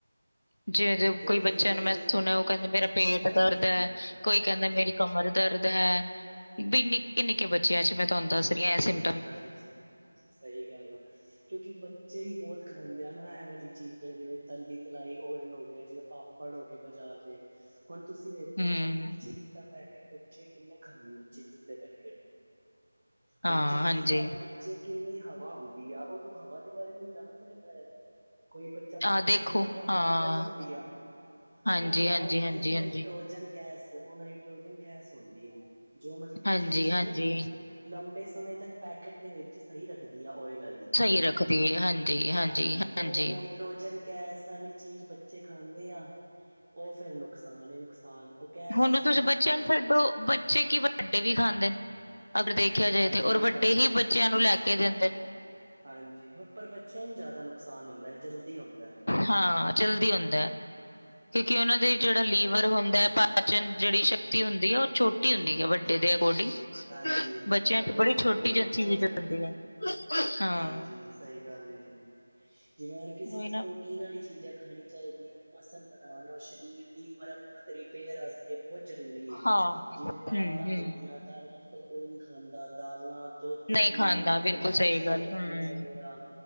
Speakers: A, on the left (about 60°); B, on the right (about 40°).
A: ਜਿਵੇ ਜੇ
B: ਕਿਉਂਕਿ
A: ਕੋਈ ਬੱਚਿਆਂ
B: ਉਹੀ
A: ਨੂੰ' ਮੈਂ ਸੁਣਿਆ' ਓ ਕਹਿੰਦੇ ਮੇਰਾ ਪੇਟ
B: ਹਾਂਜੀ
A: ਦਰਦ ਐ। ਕੋਈ ਕੈਂਦਾ ਮੇਰੀ ਕਮਰ ਦਰਦ ਹੈ, ਵੀ ਨਿੱਕੇ-ਨਿੱਕੇ ਬੱਚਿਆਂ ਚ ਮੈਂ ਤੁਹਾਨੂੰ ਦੱਸ ਰੀ ਆ ਏ ਸਿੰਪ
B: ਹਾਂਜੀ ਸਈ ਗੱਲ। ਕਿਉਂਕਿ ਬੱਚੇ ਈ ਬੋਤ ਖਾਂਦੇ ਆ ਨਾ, ਐ ਵਾਲੀ ਚੀਜ਼ਾਂ ਜਿਵੇਂ ਤਲੀ ਤਲਾਈ, ਓਇਲ ਹੋ ਗਿਆ ਜਿਵੇਂ ਪਾਪ ੜ ਹੋਗੇ ਬਾਜ਼ਾਰ ਦੇ, ਹੁਣ ਤੁਸੀਂ ਵੇਖੋਗੇ
A: ਹੂੰ
B: ਜਿਵੇਂ ਕੋਈ ਚਿਪਸ ਦਾ ਪੈਕੇਟ। ਬੱਚੇ ਕਿੰਨੇ ਖਾਂਦੇ ਨੇ ਚਿਪਸ ਦੇ ਪੈਕੇਟ।
A: ਹਾਂ
B: ਔਰ ਚਿਪਸ
A: ਹਾਂਜੀ
B: ਦੇ ਪੈਕੇਟ ਵਿਚ ਕਿੰਨੀ ਹਵਾ ਹੁੰਦੀ ਆ ਓ। ਹਵਾ ਦੇ ਬਾਰੇ ਕੋਈ ਜਾਣ ਸਕਦਾ ਕੋਈ ਬੱ ਚਾ ਪੈਕੇਟ
A: ਆਹ ਦੇਖੋ
B: ਖੋਲਦਾ
A: ਹਾਂ
B: ਤਾਂ ਹਵਾ ਨਿਕਲ ਜਾਂਦੀ ਆ।
A: ਹਾਂਜੀ-ਹਾਂਜੀ,
B: ਓ ਹਵਾ ਹੁੰਦੀ
A: ਹਾਂਜੀ-ਹਾਂਜੀ,
B: ਆ ਨਾਈਟ੍ਰੋਜਨ ਗੈਸ ਓ ਨਾਈ ਟਰੋਜਨ ਗੈਸ ਹੁੰਦੀ ਆ ਜੋ ਮਤਲਬ ਕਿ
A: ਹਾਂਜੀ-ਹਾਂਜੀ
B: ਚੀਜ਼ ਨੂੰ ਲੰਬੇ, ਸਮੇਂ ਤੱਕ ਪੈਕੇਟ ਦੇ ਵਿੱ ਚ ਸਈ ਰੱਖਦੀ ਆ ਓਇਲ ਆਲੀ,
A: ਸਹੀ ਰੱਖਦੀ ਏ, ਹਾਂਜੀ-ਹਾਂਜੀ-ਹਾਂਜੀ।
B: ਹਾਂਜੀ ਤੇ ਓਵਰਨਾਈਟ, ਟਰੋਜਨ ਗੈਸ ਆਲੀ ਚੀਜ਼ ਬੱਚੇ ਖਾਂਦੇ ਆ, ਓ ਫੇਰ ਨੁਕਸਾਨ ਈ ਨੁਕਸਾਨ। ਗੈਸ
A: ਹੁਣ
B: ਇਸ
A: ਤੁਸੀਂ
B: ਲਈ ਭਰਦੇ
A: ਬੱਚਿਆਂ
B: ਨੇ
A: ਨੂੰ ਛੱਡੋ, ਬੱਚੇ ਕੀ ਵੱਡੇ ਵੀ ਖਾਂਦੇ ਨੇ ਅਗਰ ਦੇਖ ਖਿਆ ਜਾਏ
B: ਹਾਂਜੀ
A: ਤੇ ਔਰ
B: ਉਹ
A: ਵੱਡੇ
B: ਤਾਂ ਹੈ
A: ਹੀ ਬੱਚਿਆਂ ਨੂੰ ਲੈ ਕੇ ਦਿੰਦੇ।
B: ਹਾਂਜੀ, ਹੋਰ ਪਰ ਬੱਚਿਆਂ ਨੂੰ ਜਿਆਦਾ ਨੁਕਸਾਨ ਹੁੰਦਾ ਏ। ਜਲਦੀ ਹੋੰਦੈ।
A: ਹਾਂ, ਜਲਦੀ ਹੋੰਦੈ। ਕਿਉਂਕਿ, ਓਹਨਾਂ ਦੇ ਜੇੜਾ ਲੀਵਰ ਹੋੰਦੈ
B: ਹਾਂਜੀ
A: ਪਾ ਪਾਚਨ ਜੇੜੀ ਸ਼ਕਤੀ ਹੁੰਦੀ ਏ, ਓਹ ਛੋਟੀ ਹੁੰਦੀ ਏ। ਵੱਡੇ ਦੇ ਅਕੋਰਡਿੰਗ,
B: ਹਾਂਜੀ,
A: ਬੱਚਿਆਂ
B: ਵੱਡਿਆਂ
A: ਚ ਤੇ ਬੜੀ
B: ਦੇ ਅਕੋਰਡਿੰਗ
A: ਛੋਟੀ ਜ
B: ਉਹ ਬਹੁਤ
A: ਚੀਜ਼ ਹੁੰਦੀ ਏ, ਹਾਂ।
B: ਹਾਂਜੀ, ਸਹੀ ਗੱਲ ਈ ਜੀ, ਜਿਵੇਂ ਹਰ ਕਿਸੀ
A: ਉਹੀ ਨਾ
B: ਪ੍ਰੋ ਟੀਨ ਆਲੀ ਚੀਜ਼ਾਂ ਖਾਣੀ ਚਾਈਦੀਆਣ। ਮਸਲ ਬਣਾਣ ਔਰ ਸਰੀਰ ਦੀ ਮਰੰਮਤ ਰਿਪੇਅਰ ਅਸ ਤੇ ਬੌਤ ਜ਼ਰੂਰੀ ਏ।
A: ਹਾਂ।
B: ਜਿਵੇਂ ਦਾਲਾਂ
A: ਹੂੰ-ਹੂੰ,
B: ਹੋ ਗੀਆਂ, ਦਾਲਾਂ ਅੱਜ-ਕੱਲ ਕੋਈ ਨੀ ਖਾਂਦਾ। ਦਾਲਾਂ ਦੋਧ,
A: ਨਹੀਂ
B: ਪਨੀਰ,
A: ਖਾਂਦਾ ਬਿਲਕੁਲ
B: ਅੰਡਾ,
A: ਸਹੀ
B: ਸੋਇਆਬੀਨ
A: ਗੱਲ, ਹੂੰ।
B: ਵਗੈਰਾ।